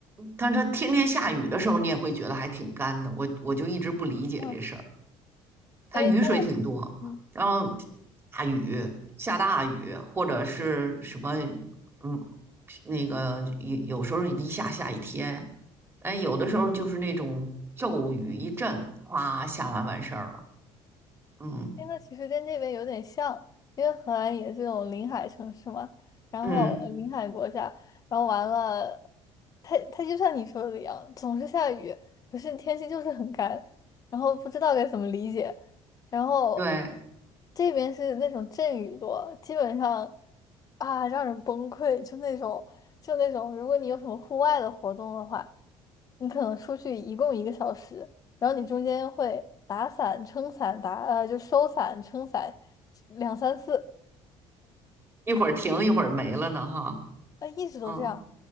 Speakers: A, on the right (about 20°); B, on the left (about 35°).
A: 但它天天下雨的时候，你也会觉得还挺干的。我我就一直不理解这事儿。
B: 嗯，
A: 它雨水挺多，
B: 哎，但嗯
A: 然后大雨下大雨，或者是什么，嗯，那个有有时候一下下一天，哎，有的时候就是那种骤雨一阵，
B: 嗯。
A: 哗，下完完事儿了。嗯
B: 哎，那其实跟这边有点像，因为荷兰也是这种临海城市嘛，然后呃临海国家，
A: 嗯，
B: 然后完了，它它就像你说的一样，总是下雨，可是天气就是很干，然后不知道该怎么理解。然后
A: 对，
B: 这边是那种阵雨多，基本上啊让人崩溃，就那种就那种，如果你有什么户外的活动的话。你可能出去一共一个小时，然后你中间会打伞、撑伞、打呃就收伞、撑伞，两三次，
A: 一会儿停一会儿没了呢，哈。
B: 呃一直都这样。
A: 嗯